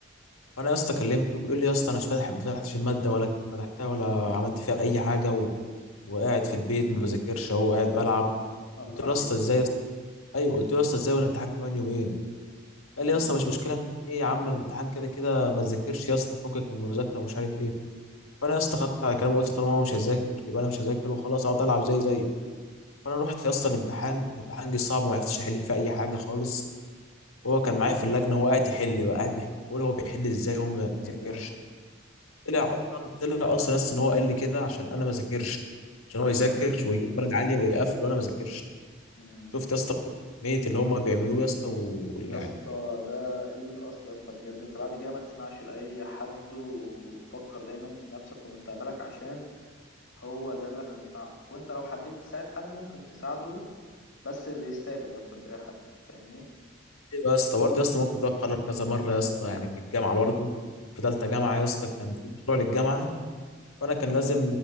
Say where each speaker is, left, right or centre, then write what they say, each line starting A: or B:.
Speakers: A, on the left; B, on the left.
A: فانا يا اسطى كلمته بيقول لي يا اسطى انا مش فاتح ما فتحتش الماده ولا فتحتها ولا عملت فيها اي حاجه و... وقاعد في البيت ما بذاكرش اهو قاعد بلعب
B: الله
A: قلت
B: عليك
A: له يا اسطى ازاي يا اسطى ايوه قلت له يا اسطى ازاي والامتحان كمان يومين
B: مم.
A: قال لي يا اسطى مش مشكله ايه يا عم الامتحان كده كده ما تذاكرش يا اسطى فكك من المذاكره ومش عارف ايه فانا يا اسطى خدت على كلامه وقلت طالما هو مش هيذاكر يبقى انا مش هذاكر وخلاص اقعد العب زي زيه فانا رحت يا اسطى الامتحان الامتحان جه صعب وما عرفتش احل فيه اي حاجه خالص وهو كان معايا في اللجنه هو قاعد يحل بقى قاعد بيحل بقول هو بيحل ازاي وهو ما
B: ايه
A: ذاكرش
B: ده
A: طلع اصلا طلع اصلا يا اسطى ان هو قال لي كده عشان انا ما ذاكرش عشان
B: يا
A: هو يذاكر
B: نهار ابيض
A: ويجيب درجه عاليه ويقفل وانا ما ذاكرش
B: مم.
A: شفت يا اسطى كميه اللي هم بيعملوه يا اسطى ويعني
B: يا اسطى ده قلة أصل يا اسطى بجد انت بعد كده ما تسمعش لأي حد وفكر دايما في نفسك ومستقبلك عشان هو ده اللي هينفعك وانت لو حبيت تساعد حد ممكن تساعده بس اللي يستاهل يا اسطى مش أي حد فاهمني؟
A: ايوه يا اسطى برضه يا اسطى الموقف ده اتكرر كذا مره يا اسطى يعني في الجامعه برضه في ثالثه
B: اه
A: جامعه يا اسطى كان في مشروع للجامعه وانا كان لازم